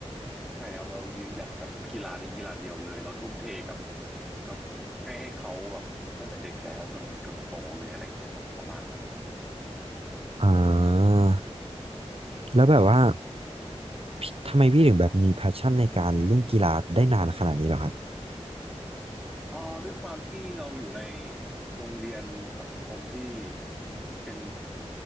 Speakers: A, in the centre; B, on the right (about 55°).
A: ใช่ครับเรายืนหยัดกับกีฬานี้กีฬาเดียวเลยเราทุ่มเทกับกับให้ให้เขาแบบตั้งแต่เด็กแล้วจนจนโตเลยอะไรเงี้ยครับประมาณนั้นนะ
B: อ่าแล้วแบบว่าพี่ทำไมพี่ถึงแบบมีแพชชั่นในการเล่นกีฬาได้นานขนาดนี้เหรอครับ
A: เอ๋อด้วยความที่เราอยู่ในโรงเรียนสังคมที่เป็น